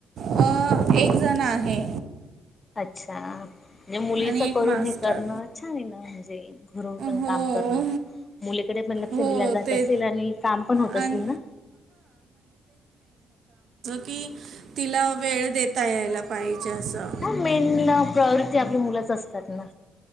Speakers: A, on the right; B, on the left.
A: अ एक जण आहे
B: अच्छा म्हणजे मुलीच
A: आणि एक
B: करून
A: मास्टर
B: हे करणं छान आहे ना म्हणजे घरून पण
A: हो
B: काम करणं मुलीकडे पण लक्ष
A: हो
B: दिलं जात
A: ते
B: असेल आणि काम पण होत
A: आणि
B: असेल ना
A: कि तिला वेळ देता यायला पाहिजे असं
B: ह मेन प्रयोरिटी आपल्या मुलाच असतात ना